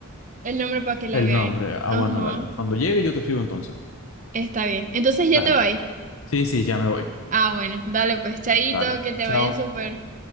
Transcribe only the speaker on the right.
el nombre para que la
veáis.
Ajá,
está bien. Entonces ya
te vais.
Ah, bueno, dale pues, chaito,
que te
vaya súper.